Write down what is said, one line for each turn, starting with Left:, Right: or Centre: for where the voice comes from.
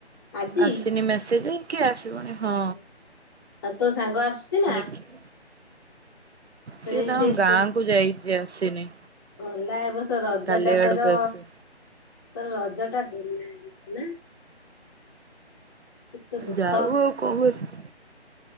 Left: ଆଜି
Right: ଆସିନି ମେସେଜ କି ଆସିବଣି ହଁ
Left: ଓହୋ ଆଉ ତୋ ସାଙ୍ଗ ଆସୁଛି ନା
Right: ଦେଖିଆ।
Left: ସେଇ
Right: ସିଏ ତାଙ୍କ
Left: ସେଇ
Right: ଗାଁ କ ଯାଇଛି ଆସିନି।
Left: ଗଲା ଏ ବର୍ଷ ରଜ
Right: କାଲି
Left: ଟା
Right: ଆଡକୁ
Left: ତୋର
Right: ଆସିବ।
Left: ତୋର ରଜ ଟା ଗଲା ନା। କେତେ ଦୁଃଖ
Right: ଯାଉ ଆଉ କଣ କରିବ